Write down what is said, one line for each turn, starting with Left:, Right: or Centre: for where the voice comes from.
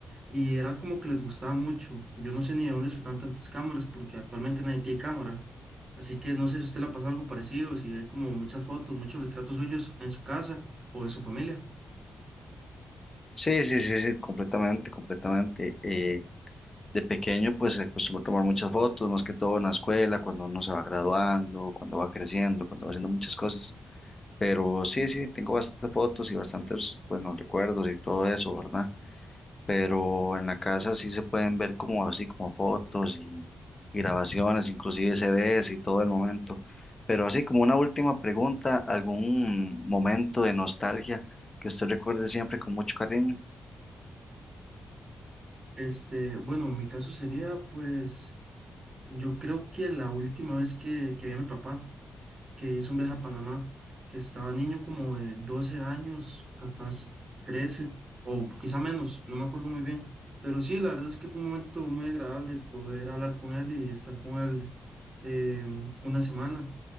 Right: y era como que les gustaba mucho. Yo no sé ni de dónde sacaban tantas cámaras porque actualmente nadie tiene cámara. Así que no sé si a usted le pasa algo parecido, si ve como muchas fotos, muchos retratos suyos en su casa o de su familia.
Left: Sí, sí, sí, sí, completamente, completamente. Eh, de pequeño, pues se acostumbra a tomar muchas fotos, más que todo en la escuela, cuando uno se va graduando, cuando va creciendo, cuando va haciendo muchas cosas. Pero sí, sí, tengo bastantes fotos y bastantes, bueno, recuerdos y todo eso, ¿verdad? Pero en la casa sí se pueden ver como así, como fotos y, y grabaciones, inclusive CDs y todo el momento. Pero así como una última pregunta, ¿algún momento de nostalgia que usted recuerde siempre con mucho cariño?
Right: Este, bueno, mi caso sería pues yo creo que la última vez que, que vi a mi papá. que hizo un viaje a Panamá, que estaba niño como de 12 años, capaz 13 o quizá menos, no me acuerdo muy bien, pero sí, la verdad es que fue un momento muy agradable poder hablar con él y estar con él eh, una semana.